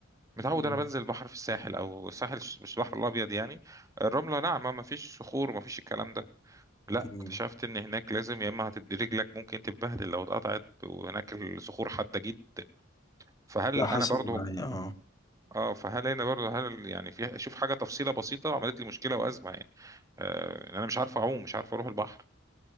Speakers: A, on the right (about 15°); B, on the left (about 20°).
A: متعود
B: مم.
A: انا بنزل البحر في الساحل او الساحل ش- مش البحر الابيض يعني الرمله ناعمه ما فيش صخور ما فيش الكلام ده لا
B: مم.
A: اكتشفت ان هناك لازم يا اما هتدي رجلك ممكن تتبهدل لو اتقطعت وهناك الصخور حاده جدا فهل
B: ده حصل
A: انا برضو
B: معايا اه
A: اه فهل انا برضو هل يعني في اشوف حاجه تفصيله بسيطه عملت لي مشكله وازمه يعني آه إن انا مش عارف اعوم مش عارف اروح البحر